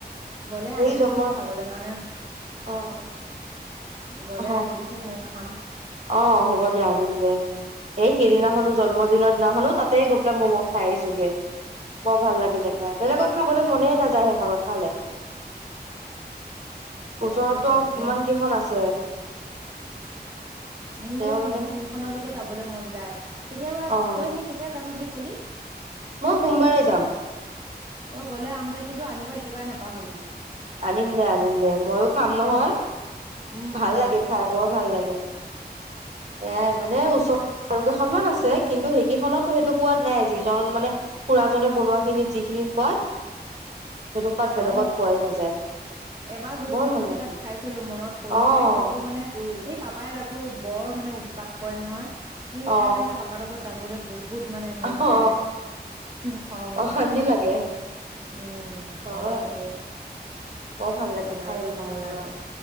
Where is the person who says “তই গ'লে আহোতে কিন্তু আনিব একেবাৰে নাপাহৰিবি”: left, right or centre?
Right